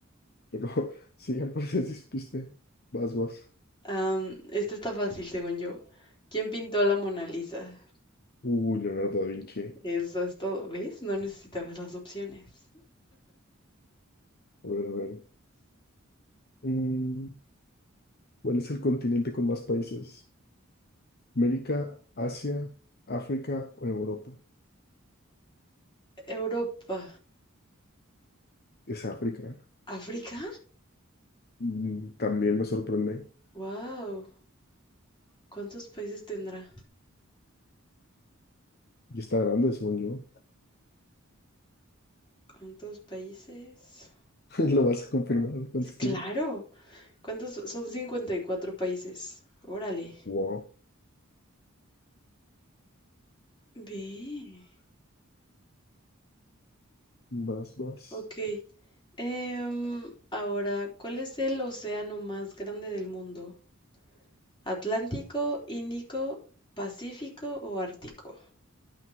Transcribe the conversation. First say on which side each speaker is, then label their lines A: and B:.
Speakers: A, on the left; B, on the left.
A: pero <laughs> sí, al parecer despiste. Vas, vas.
B: Am, esta está fácil, según yo. ¿Quién pintó la Mona Lisa?
A: Uy, Leonardo da Vinci. A
B: Eso es todo, ¿ves? No necesitabas las opciones.
A: ver, a ver. Mm, ¿Cuál es el continente con más países? América, Asia, África o Europa.
B: Europa.
A: Es África.
B: ¿África?
A: Mm, También me sorprende.
B: ¡Wow! ¿Cuántos países tendrá?
A: Y está grande, según yo.
B: ¿Cuántos países?
A: <laughs> Lo vas a confirmar. ¿Cuántos
B: Pues claro.
A: tiene?
B: ¿Cuántos? Son 54 países. Órale.
A: Wow.
B: Ve.
A: Más, más.
B: Ok. Em, ahora, ¿cuál es el océano más grande del mundo? ¿Atlántico, Índico, Pacífico o Ártico?